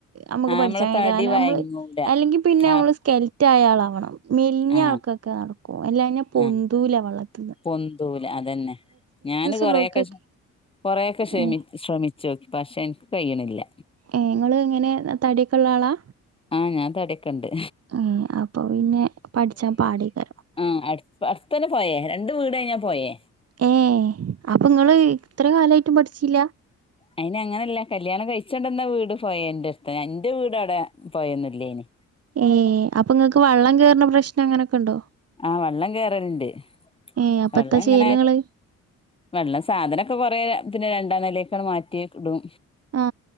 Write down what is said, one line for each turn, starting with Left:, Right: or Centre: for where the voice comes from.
Right: അമ്മക്ക്
Left: ആ
Right: പഠ്ച്ചാൻ
Left: നമ്മളെ
Right: കയ്യ്ല്ല
Left: തടി
Right: കാര്ണം
Left: വയങ്ങൂല
Right: അംള് അല്ലെങ്കി പിന്നെ
Left: ആ
Right: അമ്മള് സ്കെൽറ്റായ ആളാവണം മെൽഞ്ഞാൾക്ക്
Left: ആ
Right: കാർക്കും അല്ലാഞ്ഞാ പൊന്തൂല്ല
Left: ആ
Right: വള്ളത്തിന്ന്.
Left: പൊന്തൂല അതെന്നെ ഞാന് കൊറേക്കെ
Right: ഉള്ളോർക്കൊക്കെ
Left: ഷ് കൊറേക്കെ ഷമി
Right: ഏ
Left: ശ്രമിച്ചോക്കി പഷേ ഇൻക്ക് കയ്യിണില്ല.
Right: ഏഹ് ഇങ്ങള് എങ്ങനെ തട്യൊക്കെള്ളാളാ
Left: ആഹ് ഞാൻ തട്യൊക്കെണ്ട്.
Right: ഏഹ് അപ്പൊ പിന്നെ പഠ്ച്ചാ പാടേക്കാരം.
Left: ആഹ് അട് അട്ത്തെന്നെ പൊയേ രണ്ട് വീടൈഞ്ഞാ പൊയേ
Right: ഏഹ് അപ്പങ്ങള് ഇത്ര കാലായിട്ടും പഠ്ച്ചീലാ?
Left: അയിന് അങ്ങനെയല്ല കല്യാണം കഴിച്ചൊണ്ട്ന്ന വീട് പൊയേന്റെട്ത്താ ഇന്റെ വീട് അവ്ടെ പൊയേ ഒന്നും ഇല്ലെനി.
Right: ഏഹ് അപ്പ ഇങ്ങക്ക് വള്ളം കേറുന്ന പ്രശ്നം അങ്ങനെക്കെണ്ടോ?
Left: ആഹ് വള്ളം കേറല്ണ്ട്
Right: ഏ അപ്പത്താ
Left: വള്ളം ഇങ്ങനെ
Right: ചെയ്യല് നിങ്ങള്
Left: വെള്ളം സാധനമൊക്കെ കൊറെ പിന്നെ രണ്ടാം നിലൊക്കാണ് മാറ്റി ഇടും
Right: ആ